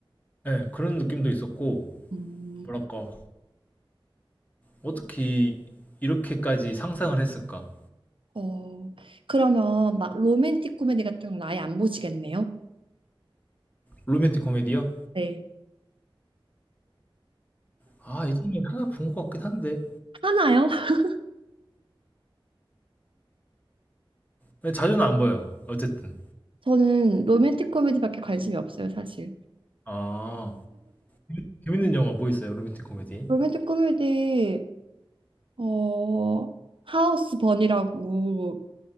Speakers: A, on the left; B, on the right.
A: 네, 그런 느낌도 있었고,
B: 음.
A: 뭐랄까, 어떻게 이렇게까지 상상을 했을까?
B: 어, 그러면 막 로맨틱 코미디 같은 건 아예 안 보시겠네요?
A: 로맨틱 코미디요?
B: 네.
A: 아, 예전에 하나 본 것 같긴 한데.
B: 하나요? <laughs>
A: 근데 자주는 안 봐요. 어쨌든.
B: 저는 로맨틱 코미디밖에 관심이 없어요, 사실.
A: 아, 재밌는 영화 뭐 있어요? 로맨틱 코미디.
B: 로맨틱 코미디, 어, 하우스 버니라고,